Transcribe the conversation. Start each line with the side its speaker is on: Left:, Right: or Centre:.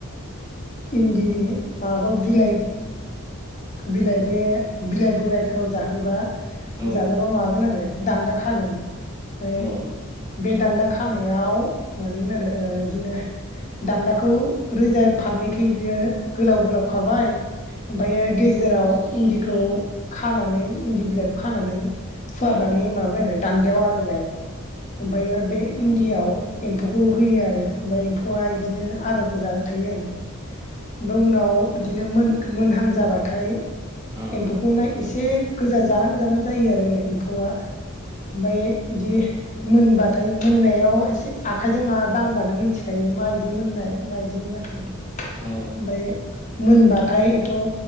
Left: इन्दिनि माबाखौ बिलाइ बिलाइ बे बिलाइ बोरायखौ जाहोबा।
Right: औ अ
Left: जाजाबा मागोन आरो दान्दा खागोन ओमफ्राय
Right: अ
Left: बे दान्दा खानायाव मानगोन आरो बिदिनो दान्दाखौ रोजा फारनैखै बियो गोलाव गोलाव खाबाय। ओमफ्रायो गेजेराव इन्दिखौ खानानै इन्दि बिलाइखौ खानानै। फुवारनानै
Right: अ
Left: माबाय आरो दान्देायाव आलायबाय। ओफायो बे इनडियाआव एम्फौखौ होयो आरो ओमफ्राय एम्फौआ बिदिनो आदारखौ जाबाय थायो आरो। ओमफाय उनाव इदिनो मोन मोनहां जाबाथाय
Right: अ
Left: एम्फौखौ नाय एसे गोजा जारां जारां जायो आरो एम्फौआ। ओमफाय इदि मोनबाथाय मोननायाव एसे आखाइजों माबा दांबानो मोनथिखायो। मा इदि मोननाय मा इदि मोनाखै
Right: अ
Left: ओमफाय मोनबाथाय इखौ